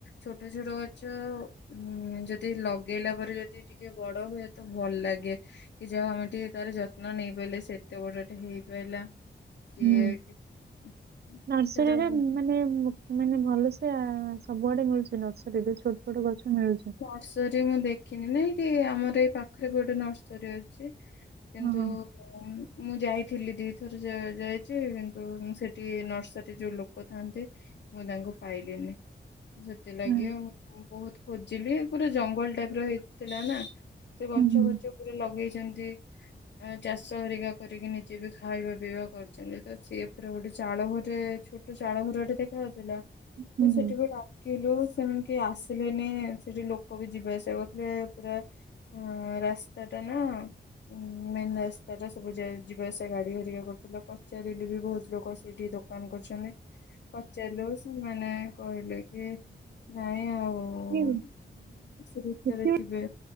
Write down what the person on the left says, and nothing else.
ଛୋଟ ଛୋଟ ଗଛ ଉ ଯଦି ଲଗେଇଲା ପରେ ଯଦି ଟିକେ ବଡ ହୁଏ ତ, ଭଲ ଲାଗେ। କି ଯାହଉ ଆମେ ଟିକେ ତାର ଯତ୍ନ ନେଇ ପାରିଲେ, ସେ ଏତେ ବଡ଼ ଟେ ହେଇପାଇଲା। କିଏ
<unintelligible>
ସେଟା <unintelligible>
ସରୀ ମୁଁ ଦେଖିନି ନାଇ କି ଆମର ଏଇ ପାଖରେ ଗୋଟେ ନର୍ସରୀ ଅଛି କିନ୍ତୁ
ମୁଁ- ମୁଁ ଯାଇଥିଲି ଦିଥର ଯାଇଚି କିନ୍ତୁ ସେଠି ନର୍ସାରୀ ଯଉ ଲୋକ୍ କ ଥାନ୍ତି ମୁଁ ତାଙ୍କୁ ପାଇଲିିନି। ସେଥିଲାଗି
ଉଁ- ବହୁତ୍ ଖୋଜିଲି ପୁରା ଜଙ୍ଗଲ୍ ଟାଇପ୍ ର ହେଇଥିଲା ନା। ସେ ଗଛ
ଫଛ ପୁରା ଲଗେଇଚନ୍ତି ଏଁ- ଚାଷ ହେରିକା କରିକି ନିଜେ ବି ଖାଇବା ପିଇବା କରିଚିନ୍ତି ତ ସିଏ ଉପରେ ଗୋଟେ ଚାଳ ଘରେ ଛୋଟ୍ ଚାଳ ଘରଟେ ଦେଖା ଯାଉଥିଲା
ତ ସେଠି
ବି ଡାକିଲୁ ସେମାନେ କେହି ଆସିଲେ ନି ସେଠି ଲୋକ ବି ଯିବା ଆସିବା କରୁଥିଲେ ପୁରା ଆ- ରାସ୍ତା ଟା ନା। ଉଁ- ମେନ୍ ରାସ୍ତା ଟା ସବୁ ଯା-ଯିବା ଆସିବା ଗାଡି ହେରିକା କରୁଥିଲା ପଚାରିଲୁ ବି ବହୁତ୍ ଲୋକ ସେଇଠି ଧୋ ଦୋକାନ କରୁଚନ୍ତି ପଚାରିଲୁ ସେମାନେ କହିଲେ କି ନାଇଁ ଆଉ <unintelligible>
ସେ ଭିତରେ
ଥିବେ